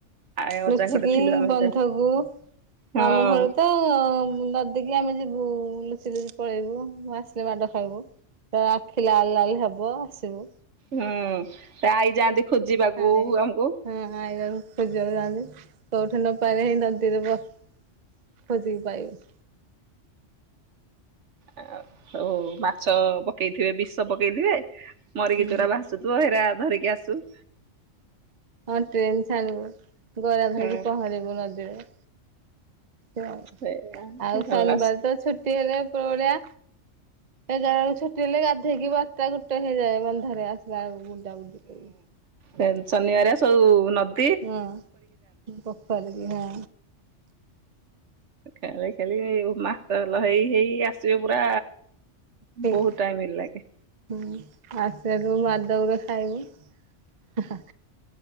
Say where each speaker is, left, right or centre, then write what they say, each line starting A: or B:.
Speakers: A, on the right (about 70°); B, on the right (about 40°).
A: ଆଏ ଅଜା
B: ନୁଚିକି
A: ଘରେ ଥିଲୁ ଆମେ
B: ବନ୍ଧକୁ
A: ହେତେବେଳେ। ହଁ
B: ମାମୁଁ ଘର ତ ନ ଦୀକି ଆମେ ଯିବୁ ଲୁଚି ଲୁଚି ପଳେଇବୁ। ଆସିଲେ ମାଡ଼ ଖାଇବୁ। ତ ଆଖି ଲାଲ ଲାଲ ହେବ ଆସିବୁ।
A: ହଁ ତା ଆଇ ଯାଆନ୍ତି ଖୋଜିବାକୁ
B: ଆଇ
A: ଆମୁକୁ।
B: ହଁ ଆଇରନ ଖୋଜିବାକୁ ଯଆନ୍ତି। କୋଉଠୁ ନପାଇଲେ ହିଁ ନଦିରେ ବ ଖୋଜିକି ପାଇବେ।
A: ଆ ହଉ ମାଛ ପକେଇଥିବେ ବିଷ ପକେଇଥିବେ। ମରିକି
B: ହୁଁ
A: ଚୋରା ଭାସ୍ ସୁ ଥୁବ ହେରା ଧରିକି ଆସୁ।
B: ହଁ ଟ୍ରେନ ଛାଡ଼ିବୁ ଗରା ଧରୁ
A: ହୁଁ
B: ପହଁରିବୁ ନଦୀରେ। ବ
A: ସେଇଆ
B: ଆଉ
A: ଭଲ
B: ଶନିବାର ତ ଛୁଟି ହେଲେ ପୋରା ଏ ଜାଉ ଛୁଟି ହେଲେ ଗାଧେଇକି ବାରଟା ଗୁଟେ ହେଇଯାଏ ବନ୍ଧାରେ ଆସିଲା ଏଳକୁ ବୁଡ଼ା ବୁଡି କରିକି।
A: ଡେନ୍ ଶନିବାରିଆ ସବୁ ନଦ୍
B: ଅଁ ପୋଖରୀ ବି ହଁ।
A: ଖେଳେଇ ଖେଳେଇ ମାତଲ ହେଇ ହେଇ ଆସିବେ ପୁରା
B: ଠିକ
A: ବହୁତ ଟାଇମିଙ୍ଗ ଲାଗେ।
B: ହୁଁ ଆସିଲାଠୁ ମାଡ ଗୁରେ ଖାଇବୁ। ହା ହା।